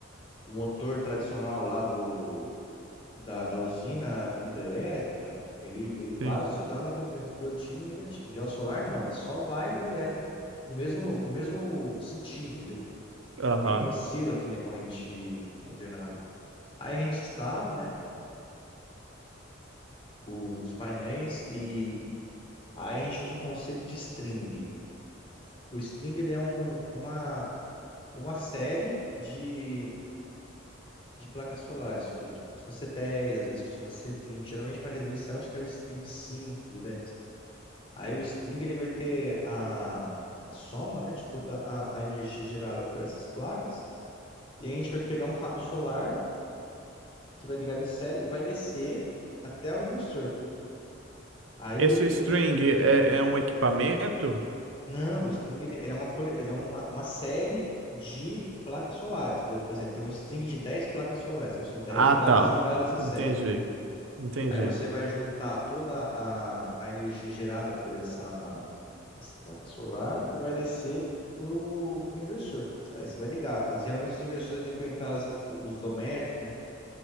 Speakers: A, on the left; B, on the right.
A: o motor tradicional lá do. da, da usina hidrelétrica, ele, ele vai
B: Sim.
A: oscilar entre, o- entre positivo e negativo. Já o solar não, ele só vai elétron no mesmo, no mesmo sentido, entendeu?
B: Aham.
A: Ele não oscila aqui na corrente alternada. Aí a gente instala, né, os painéis e aí a gente usa o conceito de string. O string ele é um, uma, uma série de, de placas solares. Tipo, Costuma ser dez às vezes costuma ser vinte Geralmente para residencial a gente faz string de cinco de dez Aí o string ele vai ter a, a soma, né, de toda a, a energia gerada por essas placas. E aí a gente vai pegar um cabo solar que vai ligar em série e vai descer até o inversor. Aí
B: Esse
A: o inversor.
B: string é, é um equipamento?
A: Não, o string ele, ele é uma, cole- ele é uma, uma série de placas solares, entendeu? Por exemplo, tem um string de 10 placas solares, então são dez
B: Ah,
A: placas
B: tá.
A: ligadas em série.
B: Entendi. Entendi.
A: Aí você vai juntar toda a, a energia gerada por essa, essa placa solar e vai descer pro, pro inversor. Aí você vai ligar. Geralmente os inversores têm conectados os domésticos, né?